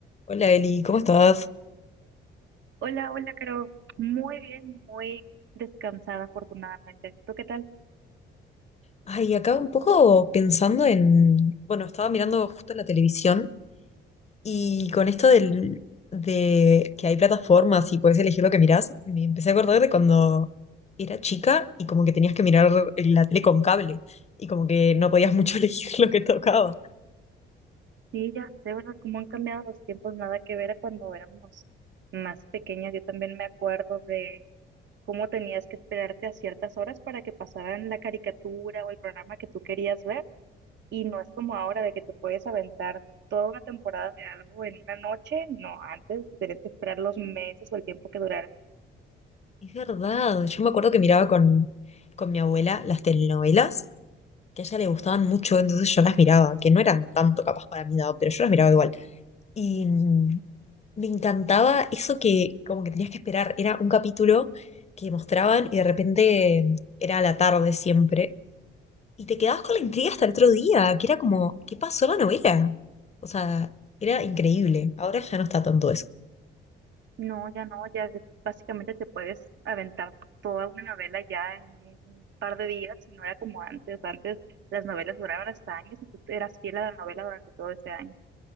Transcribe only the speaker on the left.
Hola Eli, ¿cómo estás?
Ay, acá un poco pensando en, bueno, estaba mirando justo la televisión y con esto del, de que hay plataformas y puedes elegir lo que mirás, me empecé a acordar de cuando era chica y como que tenías que mirar la tele con cable y como que no podías mucho <laughs> elegir lo que tocaba.
Es verdad, yo me acuerdo que miraba con, con mi abuela las telenovelas, que a ella le gustaban mucho, entonces yo las miraba, que no eran tanto capaz para mi edad, pero yo las miraba igual. Y mm, Me encantaba eso que como que tenías que esperar. Era un capítulo que mostraban y de repente era a la tarde siempre. Y te quedabas con la intriga hasta el otro día, que era como, ¿qué pasó en la novela? O sea, era increíble. Ahora ya no está tanto eso.